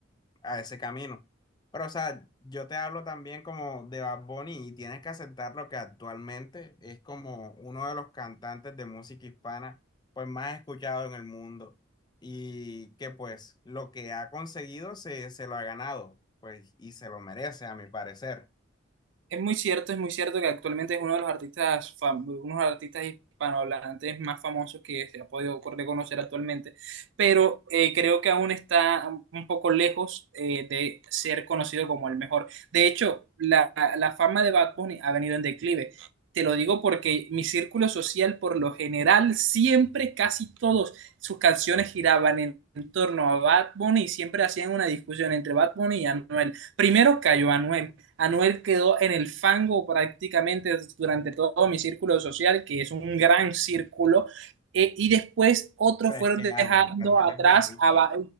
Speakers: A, on the left; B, on the right.
A: a ese camino. Pero, o sea, yo te hablo también como de Bad Bunny y tienes que aceptar lo que actualmente es como uno de los cantantes de música hispana, pues más escuchado en el mundo y que pues lo que ha conseguido se, se lo ha ganado, pues y se lo merece a mi parecer.
B: Es muy cierto, es muy cierto que actualmente es uno de los artistas, fam- unos artistas hispanohablantes más famosos que se ha podido reconocer actualmente, pero eh, creo que aún está un poco lejos eh, de ser conocido como el mejor. De hecho, la, la fama de Bad Bunny ha venido en declive. Te lo digo porque mi círculo social, por lo general, siempre, casi todos, sus canciones giraban en, en torno a Bad Bunny y siempre hacían una discusión entre Bad Bunny y Anuel. Primero cayó Anuel. Anuel quedó en el fango prácticamente durante todo mi círculo social, que es un gran círculo, eh, y después otros
A: Pero
B: fueron
A: es que
B: dejando
A: Anuel, Anuel
B: atrás
A: es barril.
B: a... Ba-